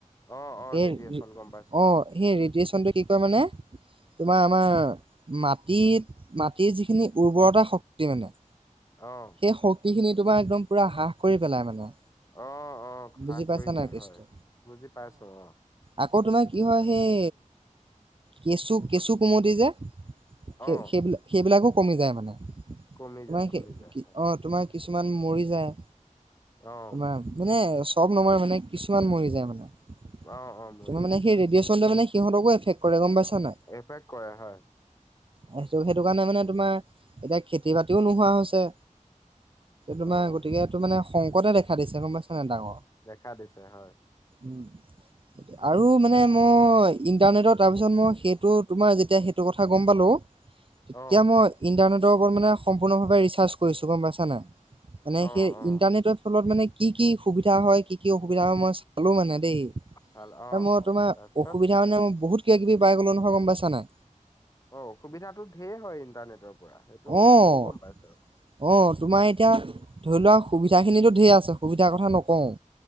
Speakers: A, on the left (about 25°); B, on the right (about 40°).
A: অ', অ',
B: এই
A: ৰেডিয়েচন গম পাইছো
B: অ' সেই ৰেডিয়চনটো কি কৰে মানে তোমাৰ আমাৰ মাটিত মাটিৰ যিখিনি উৰ্বৰতা শক্তি মানে
A: অ'।
B: এই শক্তিখিনি তোমাৰ একদম পুৰা হ্ৰাস কৰি পেলাই মানে।
A: অ', অ' হ্ৰাস
B: বুজি পাইছা
A: কৰি দিয়ে
B: নাই কেছটো
A: হয়, বুজি পাইছোঁ অ'।
B: আকৌ তোমাৰ কি হয় সেই কেঁচু, কেঁচু কুমতি যে সেই-সেইবি-সেইবিলাকো
A: অ',
B: কমি যায় মানে,
A: কমি
B: তোমাৰ
A: যায়, কমি
B: সেই
A: যায়,
B: কি তোমাৰ কিছুমান মৰি যায়
A: অ',
B: তোমাৰ মানে চব নমৰে মানে কিছুমান মৰি যায় মানে তোমাৰ
A: অ', অ', মৰি যায়
B: মানে সেই
A: হয়,
B: ৰেডিয়েচনটোৱে মানে সিহঁতকো এফেক্ট কৰে গম পাইছা নাই
A: এফেক্ট কৰে হয়
B: সেইটো সেইটো কাৰণে মানে তোমাৰ এতিয়া খেতি বাতিও নোহোৱা হৈছে তোমাৰ
A: অ',
B: গতিকে এইটো মানে সংকটে দেখা দিছে গম পাইছানে ডাঙৰ
A: দেখা দিছে হয়,
B: উম আৰু মানে মই ইণ্টাৰনেটৰ তাৰপিছত মই সেইটো তোমাৰ যেতিয়া সেইটো কথা গম পালোঁ তেতিয়া
A: অ',
B: মই ইন্টাৰনেটৰ ওপৰত মানে সম্পূৰ্ণভাৱে ৰিচাৰ্চ কৰিছো গম পাইছানে নাই মানে
A: অ',
B: সেই
A: অ',
B: ইণ্টাৰনেটত ফলত মানে কি কি সুবিধা হয় কি কি অসুবিধা হয় মই চালো মানে দেই
A: চাল অ',
B: মই
A: অ',
B: তোমাৰ
A: তাৰপিছত
B: অসুবিধা মানে মই বহুত কিবা কিবি পাই গ'লো নহয় গম পাইছা নাই
A: অ অসুবিধাতো ঢেৰ হয় ইণ্টাৰনেটৰ পৰা সেইটো
B: অ'
A: ময়ো গম পাইছো,
B: অ' তোমাৰ এতিয়া ধৰি লোৱা সুবিধাখিনিতো ঢেৰ আছে সুবিধাৰ কথা নকওঁ